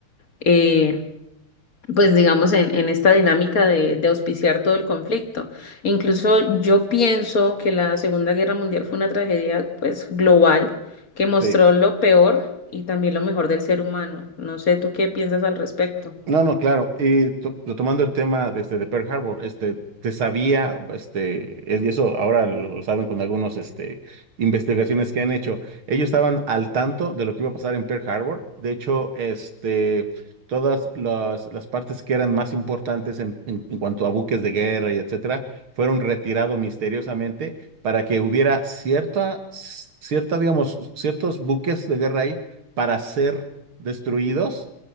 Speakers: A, on the left (about 40°); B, on the right (about 70°).
A: eh, pues digamos, en, en esta dinámica de, de auspiciar todo el conflicto. Incluso yo pienso que la Segunda Guerra Mundial fue una tragedia, pues, global que mostró
B: Sí.
A: lo peor y también lo mejor del ser humano. No sé, ¿tú qué piensas al respecto?
B: No, no, claro. Y to- retomando el tema de este de Pearl Harbor, este, se sabía, este, es- y eso ahora lo, lo saben con algunos, este, investigaciones que han hecho. Ellos estaban al tanto de lo que iba a pasar en Pearl Harbor. De hecho, este, todas las, las partes que eran más importantes en, en- en cuanto a buques de guerra y etcétera, fueron retirados misteriosamente para que hubiera cierta, cierta, digamos, ciertos buques de guerra ahí para ser destruidos